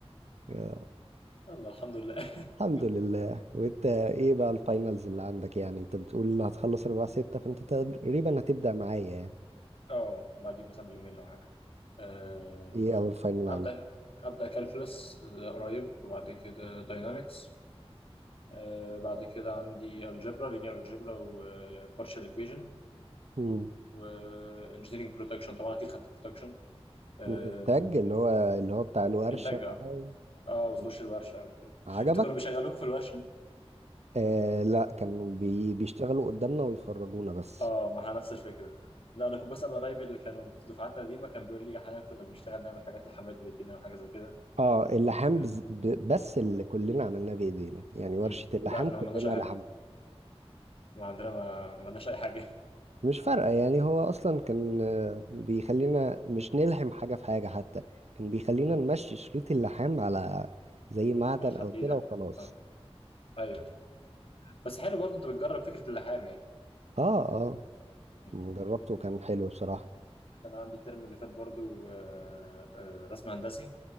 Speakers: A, on the right; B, on the left.
A: يا.
B: يلا الحمد لله <laughs>
A: الحمد لله وانت
B: مم.
A: ايه بقى الفاينلز اللي عندك يعني انت بتقول هتخلص 4 6 فانت تقريبا هتبدأ معايا يعني
B: اه بعديك مثلا بيومين او حاجه أه
A: ايه اول فاينل
B: هبدا هبدا كالكولس قريب وبعد كده داينامكس أه بعد كده عندي الجبرا لينير الجبرا وبارشال ايكويجن
A: عندك
B: وانجينيرنج برودكشن طبعا اكيد خدت برودكشن أه
A: الانتاج اللي هو اللي هو بتاع الورشة
B: انتاج
A: بقى
B: اه اه وتخش
A: آه.
B: الورشه وكده
A: عجبك
B: انتوا كانوا بيشغلوكوا في الورشه
A: آه لا كانوا بي بيشتغلوا قدامنا ويفرجونا بس
B: اه ما هي نفس الفكره لا انا كنت بسال قرايبي اللي كانوا في دفعات قديمه كان بيقول لي احيانا كنا بنشتغل نعمل حاجات لحماد بيدينا وحاجه زي كده
A: اه اللحام
B: آه.
A: بز... ب... بس اللي كلنا عملناه بايدينا يعني ورشة
B: مم.
A: اللحام
B: لا احنا
A: كلنا
B: ما عملناش اي حاجه
A: لحم
B: ما عندنا ما ما عملناش اي حاجه
A: مش فارقة يعني هو اصلا كان آه، بيخلينا مش نلحم حاجة في حاجة حتى كان بيخلينا
B: <laughs> مم.
A: نمشي شريط اللحام على زي معدن
B: على
A: او
B: حديده
A: كده وخلاص
B: اه ايوه بس حلو برضه انت بتجرب فكره اللحام يعني
A: اه اه
B: مم.
A: جربته وكان حلو بصراحة
B: كان عندي الترم اللي فات برضه آه، آه، رسم هندسي